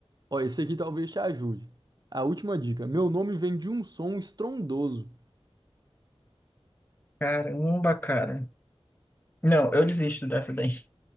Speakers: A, on the right; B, on the left.
A: Ó, esse aqui talvez te ajude. A última dica. Meu nome vem de um som estrondoso.
B: Caramba, cara. Não, eu desisto dessa daí.